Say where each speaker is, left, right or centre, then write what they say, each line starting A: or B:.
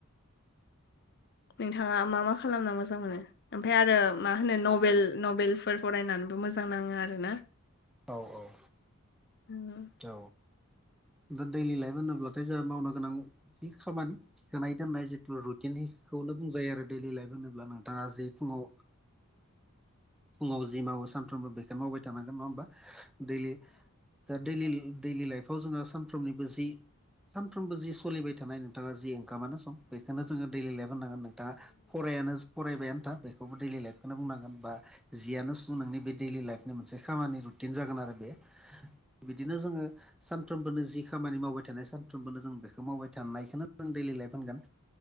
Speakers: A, on the left; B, in the centre.
A: नोंथांङा मा मा खालामना मोजां मोनो? ओमफाय आरो मा होनो नभेल नभेलफोर फरायनानैबो मोजां नांङो आरो ना।
B: औ औ
A: ओ <unintelligible>
B: औ दा दैलि लाइफ होनोब्लाथाय जाहा मावनो गोनां जि खामानि गानाय दोननाय जिथु रुटिनिखौनो बुंजायो आरो दैलि लाइफ होनोब्ला नोंथाङा जे फुङाव फुङाव जि मावो सानफ्रोमबो बेखो मावबाय थानांगोन नङा होमबा दैलि दा दैलि दैलि लाइफआव जौड़ो सानफ्रोमनिबो जि सानफ्रोमबो जि सलिबाय थानाय नोंथाङा जि ओंखामानो सम बेखोनो जोङो दैलि लाइफ होननांगोन नोंथाङा फरायानो फरायबायानो था बेखौबो दैलि लाइफखौनो बुंनांगोन बा जियानो सु नोंनि बे दैलि लाइफ बे मोनसे खामानि रुटिन जागोन आरो बे बिदिनो जोङो सानफ्रोमबोनो जि खामानि मावबाय थानाय सानफ्रोमबोनो जों बेखौ मावबाय थानायखौनो जों दैलि लाइफ होनगोन